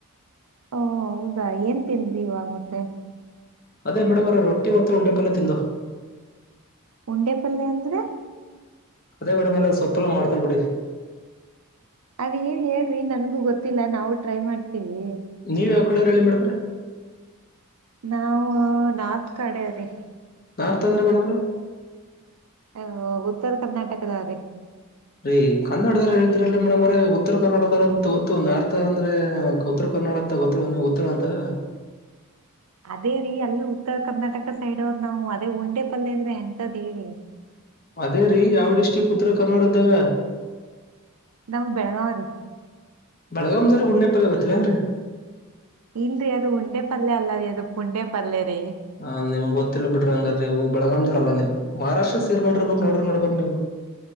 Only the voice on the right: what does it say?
ಓ ಹೌದಾ ಏನ್ ತಿಂದ್ರಿ ಇವಾಗ ಮತ್ತೆ.
ಉಂಡೆ ಪಲ್ಯ ಅಂದ್ರೆ.
ಅದ ಏನ್ ಹೇಳ್ರಿ ನನ್ಗೂ ಗೊತ್ತಿಲ್ಲ ನಾವು ಟ್ರೈ ಮಾಡ್ತೀವಿ.
ನಾವು ನಾರ್ತ್ ಕಡೆ ರೀ.
ಹ ಉತ್ತರ ಕರ್ನಾಟಕದವ್ರೀ.
ಅದೇ ರೀ ಅಲ್ಲಿ ಉತ್ತರ ಕರ್ನಾಟಕ ಸೈಡ್ ಅವ್ರ್ ನಾವು ಅದೇ ಉಂಡೆ ಪಲ್ಯ ಅಂದ್ರೆ ಎಂತದ್ ಹೇಳಿ.
ನಮ್ ಬೆಳಗಾವ್ ರೀ.
ಇಲ್ರರಿ ಅದು ಉಂಡೆಪಲ್ಯ ಅಲ್ಲ ರೀ ಅದು ಪುಂಡೆ ಪಲ್ಲೆ ರೀ.